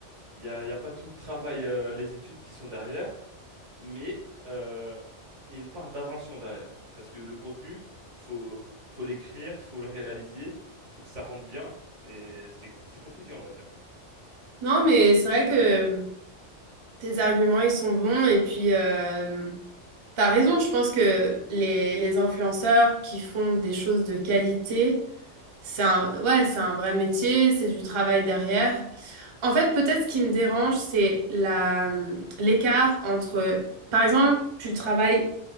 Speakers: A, on the right; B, on the right.
A: il y a, il y a pas tout le travail, euh, les études qui sont derrière, mais euh, il y a une part d'invention derrière. Parce que le contenu, faut, faut l'écrire, faut le réaliser, faut que ça rentre bien et c'est, c'est compliqué, on va dire.
B: non, mais c'est vrai que tes arguments ils sont bons et puis. Euh... T'as raison, je pense que les, les influenceurs qui font des choses de qualité, C'est un, ouais, c'est un vrai métier, c'est du travail derrière. En fait, peut-être ce qui me dérange, c'est la, hum, l'écart entre, par exemple, tu travailles,